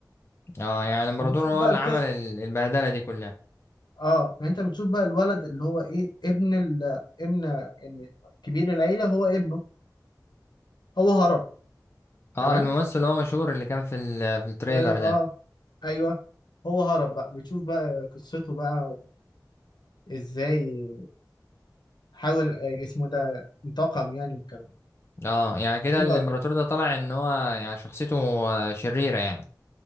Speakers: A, on the left; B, on the left.
A: اه يعني لما
B: وبتشوف
A: هو
B: بقى
A: اللي
B: القصة
A: عمل ال- البهدلة دي كلها
B: أه يعني أنت بتشوف بقى الولد اللي هو إيه ابن ال ابن يعني كبير العيلة هو ابنه هو هرب
A: اه
B: تمام
A: الممثل اللي هو مشهور اللي كان في ال- في التريلر
B: أه آه،
A: ده
B: أيوه هو هرب بقى بتشوف بقى قصته بقى إزاي حاول آه، اسمه ده انتقم يعني والكلام ده
A: اه يعني كده
B: حلو
A: الامبراطور
B: أوي.
A: ده طلع ان هو يعني شخصيته آه، شريرة يعني